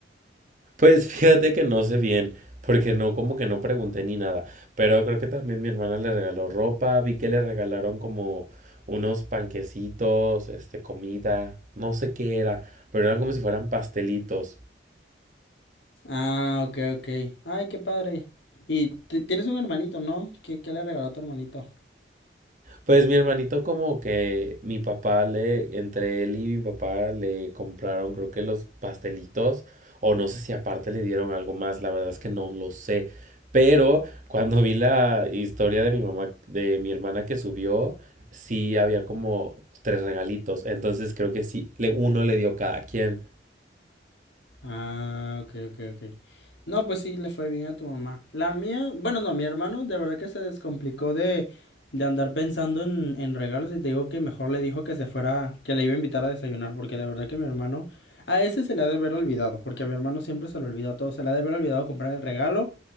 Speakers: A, on the right; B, on the left.
A: Pues fíjate que no sé bien, porque no, como que no pregunté ni nada. Pero creo que también mi hermana le regaló ropa. Vi que le regalaron como unos panquecitos, este, comida. No sé qué era, pero eran como si fueran pastelitos.
B: Ah, ok, ok. Ay, qué padre. Y tienes un hermanito, ¿no? ¿Qué, qué le regaló a tu hermanito?
A: Pues mi hermanito como que mi papá le, entre él y mi papá le compraron creo que los pastelitos o no sé si aparte le dieron algo más, la verdad es que no lo sé, pero cuando vi la historia de mi mamá, de mi hermana que subió, sí había como tres regalitos, entonces creo que sí, le, uno le dio cada quien.
B: Ah, ok, ok, ok. No, pues sí, le fue bien a tu mamá. La mía, bueno, no, mi hermano de verdad que se descomplicó de, de andar pensando en, en regalos y te digo que mejor le dijo que se fuera, que le iba a invitar a desayunar, porque de verdad que mi hermano, a ese se le ha de haber olvidado, porque a mi hermano siempre se le olvida todo, se le ha de haber olvidado comprar el regalo,